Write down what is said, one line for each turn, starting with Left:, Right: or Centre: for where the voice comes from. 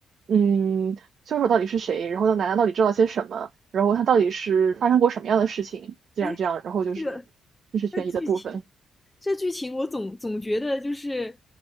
Right: 嗯凶手到底是谁，然后奶奶到底知道些什么，然后他到底是发生过什么样的事情，这样这样，
Left: 哎，
Right: 然后就是
Left: 这个
Right: 这是悬疑的部分，
Left: 这剧情。这剧情我总总觉得就是